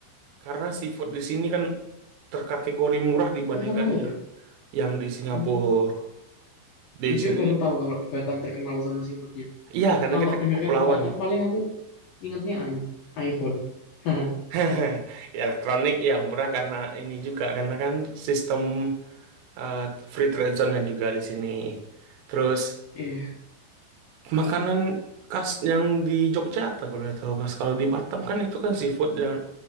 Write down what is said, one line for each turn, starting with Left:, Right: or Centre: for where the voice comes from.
Right: karena seafood di sini kan terkategori murah dibandingkan
Left: Terkenal
Right: yang
Left: ya?
Right: yang di Singapura.
Left: Hmm,
Right: Di
Left: jujur
Right: sini,
Left: baru tahu kalau di Batam terkenal sama seafoodnya.
Right: iya karena
Left: Kalau
Right: kita
Left: dengar
Right: kepulauan.
Left: kata Batam paling aku ingatnya anu, iPhone. <laughs> Haha,
Right: <laughs> Ya, elektronik ya murah karena ini juga karena kan sistem eh, free trade zone-nya juga di sini. Terus
Left: Iya,
Right: makanan khas yang di Jogja apa kalau boleh tahu Mas? Kalau di Batam kan itu kan seafood yang